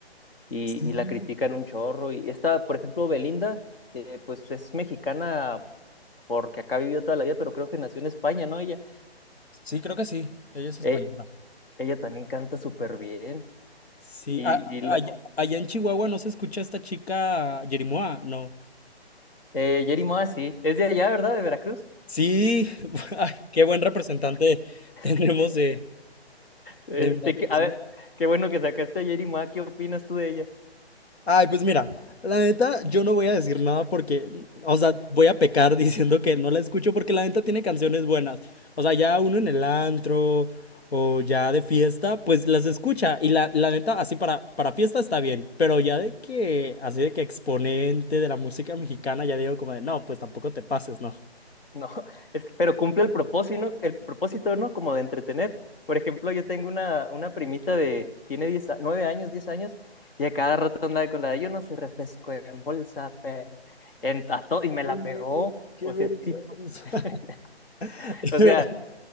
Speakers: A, on the left; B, on the left.
A: y,
B: Sí.
A: y la critican un chorro. Y esta, por ejemplo, Belinda, eh, pues es mexicana porque acá ha vivido toda la vida, pero creo que nació en España, ¿no? Ella,
B: Sí, creo que sí. Ella es española.
A: eh, ella también canta súper bien.
B: Sí.
A: Y,
B: a-
A: y la,
B: allá, allá en Chihuahua no se escucha esta chica Yerimoa, no.
A: eh, Yeri Moa, sí, es de allá, ¿verdad? De Veracruz.
B: Sí. <laughs> ay, qué buen representante
A: <laughs>
B: tenemos de,
A: Este,
B: de Veracruz.
A: que- a ver, qué bueno que sacaste a Yeri Moa, ¿qué opinas tú de ella?
B: Ay, pues mira, la neta, yo no voy a decir nada porque, o sea, voy a pecar <laughs> diciendo que no la escucho porque la neta tiene canciones buenas. O sea, ya uno en el antro o ya de fiesta, pues las escucha. Y la, la neta, así para, para fiesta está bien, pero ya de que, así de que exponente de la música mexicana, ya digo como de, no, pues tampoco te pases, ¿no?
A: No, <laughs> es que- pero cumple el propósito, ¿no? El propósito, ¿no? Como de entretener. Por ejemplo, yo tengo una, una primita de, tiene diez a- 9 años, 10 años, y a cada rato andaba con la de, yo no sé, refresco en bolsa, pero... en- a to- y me la
B: Ay, no,
A: pegó.
B: qué
A: O
B: vergüenza.
A: sea, sí, <laughs>
B: <laughs> De
A: o sea,